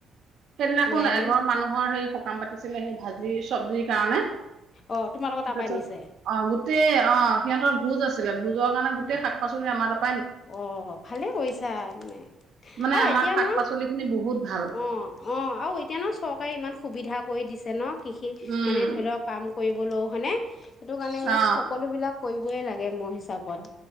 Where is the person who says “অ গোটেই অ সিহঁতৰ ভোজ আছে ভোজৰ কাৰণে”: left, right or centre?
Right